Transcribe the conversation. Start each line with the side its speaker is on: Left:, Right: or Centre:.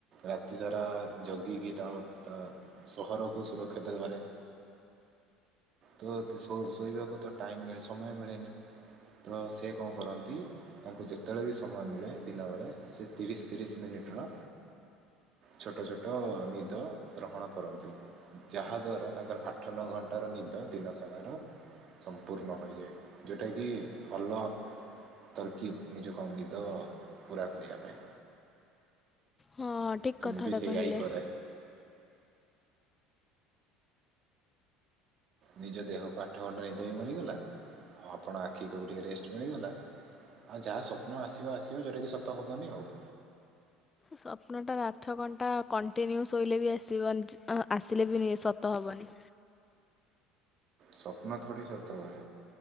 Right: ରାତି ସାରା ଯଗିକି ତା ସହରକୁ ସୁରକ୍ଷିତ ଦେବାରେ ତ ଶୋଇବାକୁ ତ ଟାଇମ୍ ମିଳେ ସମୟ ମିଳେନି ତ ସେ କଣ କରନ୍ତି। ତାଙ୍କୁ ଯେତେବେଳେ ବି ସମୟ ମିଳେ ଦିନବେେଳେ ସେ ତିରିଶ ତିରିଶ ମିନିଟ୍ ର। ଛୋଟ ଛୋଟ ନିଦ ଗ୍ରହଣ କରନ୍ତି। ଯାହା ଦ୍ଵାରା ତାଙ୍କର ଆଠ ନଅ ଘଣ୍ଟାର ନି ତ ଦିନସାରାର ସଂପୁର୍ଣ ହଇଯାଏ ଯୋଉଟା କି ଭଲ ତର୍କିବ ନିଜ କମ ନିଦ ଅ ପୁରା କରିବା ପାଇଁ।
Left: ହଁ ହଁ ଠିକ୍
Right: ତ
Left: କଥାଟା
Right: ମୁଁ ବି ସେଇଆ
Left: କହିଲେ।
Right: ହିଁ କରେ। ନିଜ ଦେହକୁ ଆଠ ଘଣ୍ଟା ନିଦ ବି ମିଳିଗଲା ଆଉ ଆପଣ ଆଖିକୁ ବି ଟିକେ ରେଷ୍ଟ ମିଳିଗଲା। ଆଉ ଯାହା ସ୍ୱପ୍ନ ଆସିବ ଆସିବ ଯୋଉଟାକି ସତ ହବନି ଆଉ।
Left: ସ୍ୱପ୍ନଟା ଆଠ ଘଣ୍ଟା କଣ୍ଟିନ୍ୟୁ ଶୋଇଲେ ବି ଆସିବନି ଅ ଆସିଲେ ବି ସତ ହବନି।
Right: ସ୍ୱପ୍ନ ଥୋଡ଼ି ସତ ହୁଏ